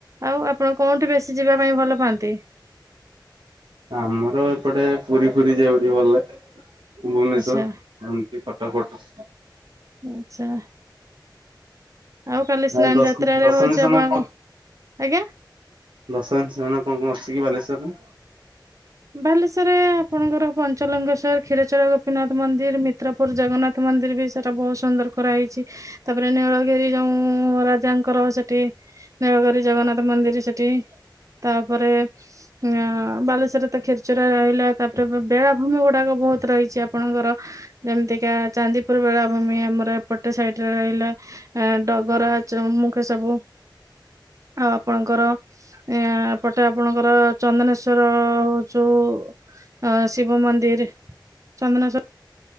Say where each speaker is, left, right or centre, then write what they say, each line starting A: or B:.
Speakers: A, on the right; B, on the right.
A: ଆଉ ଆପଣ କୋଉଠି ବେଶୀ ଯିବା ପାଇଁ ଭଲ ପାଆନ୍ତି?
B: ଆମର ତ ଏପଟେ ପୁରୀ ଫୁରୀ ଯାଉଛି ଭଲ ଭୁବନେଶ୍ଵର,
A: ଆଚ୍ଛା
B: ଏମିତି କଟକ ଫଟକ।
A: ଆଚ୍ଛା। ଆଉ କାଲି ସ୍ନାନ
B: ଆଉ ଦର୍ଶନ
A: ଯାତ୍ରାରେ
B: ଦର୍ଶନୀୟ
A: ହଉଛି
B: ସ୍ଥାନ
A: ଆପଣ
B: ପା
A: ଆଜ୍ଞା।
B: ଦର୍ଶନୀୟ ସ୍ଥାନ କଣ କଣ ଅଛିକି? ବାଲେଶ୍ଵରରେ?
A: <inaudible> ବାଲେଶ୍ୱର ରେ ଆପଣଙ୍କର ପଞ୍ଚଲଙ୍ଗେଶ୍ୱର, କ୍ଷୀରଚର ଗୋପୀନାଥ ମନ୍ଦିର, ମିତ୍ରପୁର ଜଗନ୍ନାଥ ମନ୍ଦିର। ଫିର ବି ସେଟା ବହୁତ ସୁନ୍ଦର କରା ହେଇଛି, ତାପରେ ନୀଳଗିରି ଯୋଉ ରାଜାଙ୍କର ସେଠି ନୀଳଗରି ଜଗନ୍ନାଥ ମନ୍ଦିର ସେଠି। ତା'ପରେ, ଆଉଁ ବାଲେଶ୍ୱର ସେଥିରେ ତ ଖେଚୁରା ରହିଲା, ତା'ପରେ ବେଳାଭୂମି ଗୁଡାକ ବହୁତ ରହିଛି ଆପଣଙ୍କର। ଯେମିତିକା - ଚାନ୍ଦିପୁର ବେଳା ଭୂମି, ଆମର ଏପଟେ ସାଇଡରେ ରହିଲା। ହଁ ଡଗରା ଯଉଁ ମୁଖେ ସବୁ ଆଉ ଆପଣଙ୍କର, ଏଁ ଏପଟେ ଆପଣଙ୍କର ଚନ୍ଦନେଶ୍ଵର ଆ ଯଉଁ ଶିବ ମନ୍ଦିର, ଚନ୍ଦନେଶ୍ଵର।